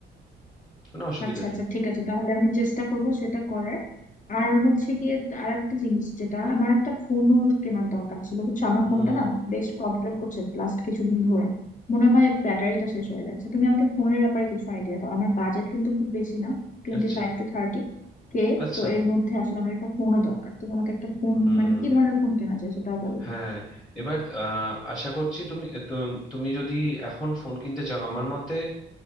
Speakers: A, on the left; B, on the left.
A: কোনো অসুবিধা
B: আচ্ছা
A: নেই
B: আচ্ছা ঠিক আছে তাহলে আমি চেষ্টা করব সেটা করার আর হচ্ছে গিয়ে আর একটা জিনিস যেটা আমার একটা ফোনও কেনার দরকার ছিল বুঝছো আমার
A: হুম
B: ফোনটা না বেশ প্রবলেম করছে লাস্ট কিছুদিন ধরে মনে হয় ব্যাটারিটা শেষ হয়ে যাচ্ছে তুমি আমাকে ফোনের ব্যাপারে কিছু আইডিয়া দাও আমার বাজেট কিন্তু খুব বেশি না টোয়েন্টি
A: আচ্ছা
B: ফাইভ টু থার্টি কে
A: আচ্ছা
B: তো এর মধ্যে আসলে আমার একটা ফোনও দরকার তুমি আমাকে একটা ফোন
A: হুম
B: মানে কি ধরনের ফোন কেনা যায় সেটাও বলো
A: হ্যাঁ এবার আহ, আশা করছি তুমি তু- তুমি যদি এখন ফোন কিনতে চাও আমার মতে